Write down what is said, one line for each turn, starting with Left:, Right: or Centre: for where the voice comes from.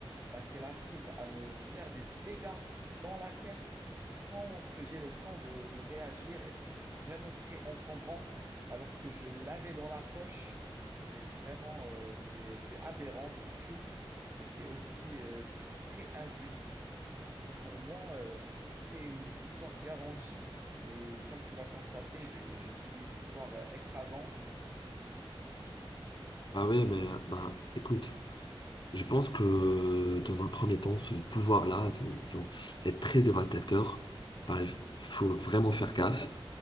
Right: bah, qu'elle arrive à me faire des dégâts dans la tête sans que j'ai le temps de, de réagir. Et ça, c'est vraiment très encombrant, alors que je l'avais dans la poche. Mais vraiment, euh, c'est, c'est aberrant, c'est triste et c'est aussi euh, très injuste, parce que pour moi, euh, c'était une victoire garantie. Mais comme tu l'as constaté, j'ai j'ai subi une victoire euh, écrasante
Left: Ah oui, mais euh, bah écoute, je pense que dans un premier temps, ce pouvoir-là de genre est très dévastateur. Bah, il faut vraiment faire gaffe.